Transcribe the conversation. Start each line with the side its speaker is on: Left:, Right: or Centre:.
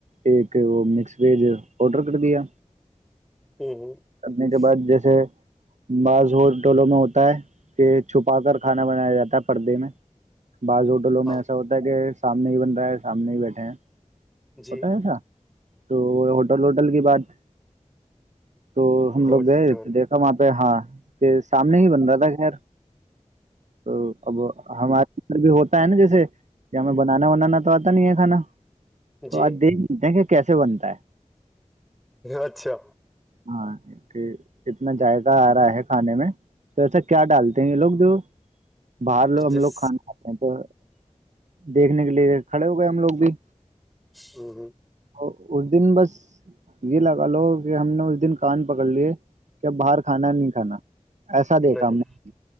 Right: ایک وہ مکس ویج آڈر کر دیا
Centre: ہوں ہ <unintelligible>
Right: کرنے کے بعد جیسے بس ہو ٹولو میں ہوتا ہے کہ چھپا کر کھانا بنایا جاتا ہے پردے میں بعض ہوٹلوں میں
Centre: ہاں
Right: ایسا ہوتا ہے کہ سامنے ہی بن رہا ہے سامنے ہی بیٹھے ہیں
Centre: جی
Right: ہوتا ہے ایسا تو ہوٹل ووٹل کی بات تو ہم
Centre: ہوٹل
Right: لوگ گئے تھے دیکھا وہاں پہ ہاں کہ سامنے ہی بن رہا تھا خیر تو اب ہمارے بھی ہوتا ہے نا جیسے کہ ہمیں ب نانا ونانا تو آتا نہیں ہے کھانا تو
Centre: جی
Right: آج دیکھ لیتے ہیں کہ کیسے بنتا ہے
Centre: اچھا
Right: ہاں کہ اتنا جائقہ آ رہا ہے کھانے میں تو ایسا کیا ڈالتے ہیں یہ لوگ جو باہر لو ہم
Centre: جس
Right: لوگ کھان آپ تو <unintelligible> دیکھنے کے لیے کھڑے ہو گئے ہم لوگ بھی
Centre: ھمم ھمم
Right: اور اس دن بس یہ لگا لو کہ ہم نے اس دن کان پکڑ لیے کہ اب باہر کھانا نہیں کھانا ایسا دیکھا
Centre: نہیں
Right: ہم نے